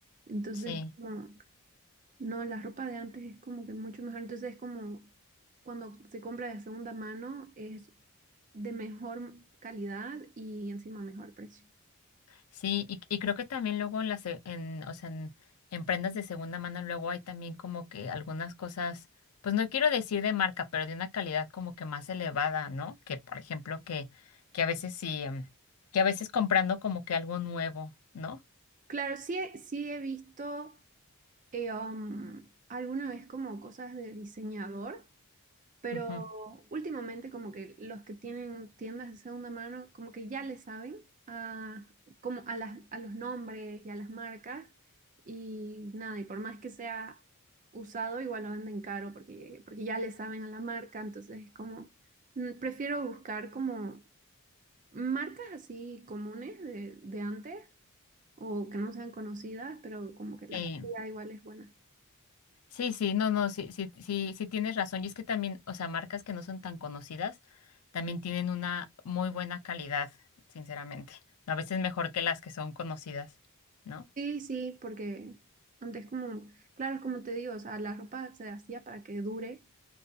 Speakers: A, on the right; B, on the left.
A: Entonces,
B: Sí.
A: como No, la ropa de antes es como que mucho mejor. Entonces es como cuando se compra de segunda mano es de mejor calidad y encima mejor precio.
B: Sí, y, y creo que también luego en las, en, o sea, en, en prendas de segunda mano luego hay también como que algunas cosas, pues no quiero decir de marca, pero de una calidad como que más elevada, ¿no? Que por ejemplo que, que a veces sí, em, que a veces comprando como que algo nuevo, ¿no?
A: Claro, sí, he- sí he visto eh, um, alguna vez como cosas de diseñador. Pero
B: Ujú.
A: últimamente como que los que tienen tiendas de segunda mano como que ya le saben a, como a las, a los nombres y a las marcas y nada, y por más que sea usado igual lo venden caro porque, porque ya le saben a la marca, entonces es como mm, prefiero buscar como marcas así comunes de, de antes o que no sean conocidas, pero como que la
B: Eh,
A: calidad igual es buena.
B: sí, sí, no, no, sí, sí, sí, sí tienes razón. Y es que también, o sea, marcas que no son tan conocidas también tienen una muy buena calidad, sinceramente. A veces mejor que las que son conocidas, ¿no?
A: Sí, sí, porque antes como, claro, es como te digo, o sea, la ropa se hacía para que dure